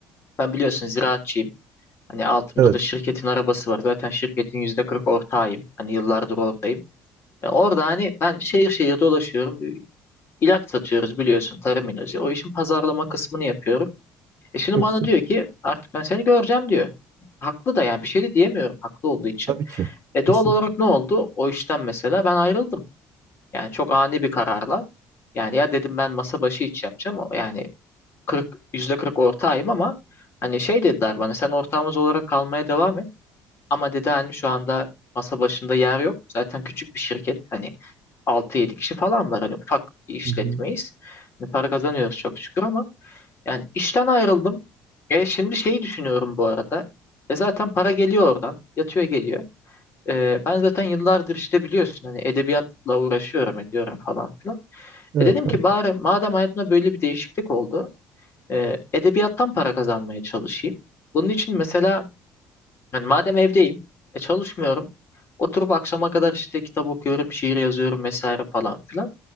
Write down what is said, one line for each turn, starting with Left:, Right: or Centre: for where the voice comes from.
Left: ben biliyorsun ziraatçıyım. Hani altımda
Right: Evet.
Left: da şirketin arabası var. Zaten şirketin yüzde kırk ortağıyım. Hani yıllardır oradayım. Ya orada hani ben şehir şehir dolaşıyorum. Bir ilaç satıyoruz biliyorsun tarım ilacı. O işin pazarlama kısmını yapıyorum. E şimdi
Right: Çok
Left: bana
Right: güzel.
Left: diyor ki artık ben seni göreceğim diyor. Haklı da yani bir şey de diyemiyorum haklı olduğu için.
Right: Tabii ki.
Left: E
Right: Kesin.
Left: doğal olarak ne oldu? O işten mesela ben ayrıldım. Yani çok ani bir kararla. Yani ya dedim ben masa başı iş yapacağım. O Yani kırk, yüzde kırk ortağıyım ama hani şey dediler bana sen ortağımız olarak kalmaya devam et. Ama dedi hani şu anda masa başında yer yok. Zaten küçük bir şirket. Hani Altı yedi kişi falan var. Hani ufak bir işletmeyiz.
Right: Hı hı.
Left: Hani para kazanıyoruz çok şükür ama yani işten ayrıldım. E şimdi şeyi düşünüyorum bu arada. E zaten para geliyor oradan. Yatıyor geliyor. E, ben zaten yıllardır işte biliyorsun hani edebiyatla uğraşıyorum ediyorum falan filan.
Right: Evet
Left: E dedim
Right: kankam.
Left: ki bari madem hayatımda böyle bir değişiklik oldu. e, edebiyattan para kazanmaya çalışayım. Bunun için mesela yani madem evdeyim, e çalışmıyorum. Oturup akşama kadar işte kitap okuyorum, şiir yazıyorum vesaire falan filan.